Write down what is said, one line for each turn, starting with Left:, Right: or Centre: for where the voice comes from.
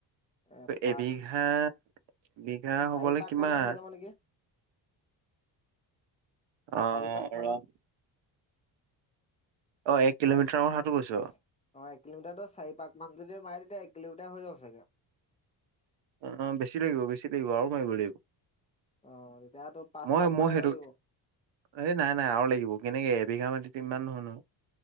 Left: এ পাক
Right: এবিঘা বিঘা
Left: চাৰি
Right: হবলৈ
Left: পাক
Right: কিমান
Left: মানত হৈ যাব নেকি?
Right: অ।
Left: চাৰি পাক মানত
Right: অ' এক কিলোমিটাৰৰ
Left: চাৰি
Right: কথাটো কৈছ
Left: অ এক কিলোমিটাৰটো চাৰি পাক মান যদি মাৰ। তেতিয়া এক কিলোমিটাৰ হৈ যাব চাগে।
Right: অ বেছি লাগিব বেছি লাগিব আৰু মাৰিব লাগিব।
Left: অ। তেতিয়াতো পাঁচ
Right: মই
Left: পাক
Right: মই
Left: মান
Right: সেইটো
Left: আহিব লাগিব
Right: এই নাই নাই আৰু লাগিব কেনেকে এবিঘা মাটিত। মান নহয় নহয়।